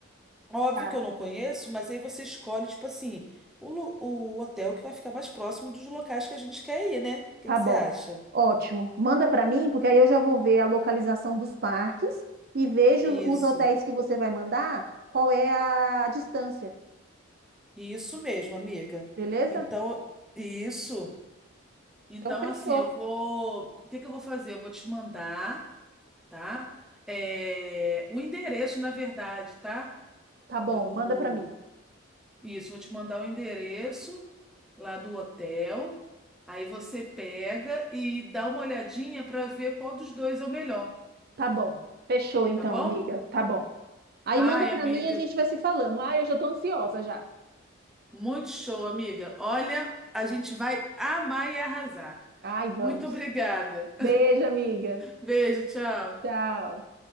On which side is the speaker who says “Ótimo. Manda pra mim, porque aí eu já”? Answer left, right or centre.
Right